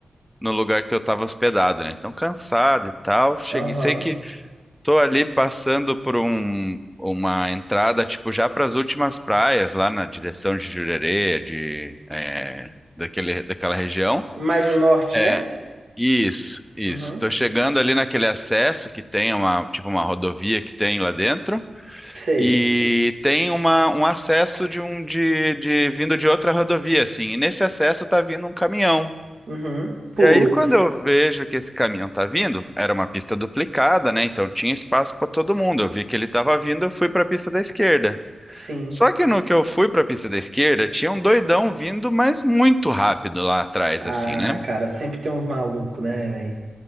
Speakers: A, in the centre; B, on the right (about 75°).
A: no lugar que eu tava hospedado, né? Então cansado e tal, cheguei,
B: Aham.
A: sei que Tô ali passando por um, uma entrada, tipo, já para as últimas praias, lá na direção de Jurerê, de, é, daquele, daquela região.
B: Mais o norte,
A: É,
B: né?
A: isso, isso.
B: Uhum.
A: Tô chegando ali naquele acesso que tem uma, tipo, uma rodovia que tem lá dentro.
B: Sei.
A: E tem uma, um acesso de um de, de vindo de outra rodovia, assim. E nesse acesso tá vindo um caminhão.
B: Uhum. Putz.
A: E aí, quando eu vejo que esse caminhão tá vindo, era uma pista duplicada, né? Então tinha espaço para todo mundo. Eu vi que ele tava vindo, eu fui para a pista da esquerda.
B: Sim.
A: Só que no que eu fui para a pista da esquerda, tinha um doidão vindo, mas muito rápido lá atrás,
B: Ah,
A: assim, né?
B: cara, sempre tem uns malucos, né, velho?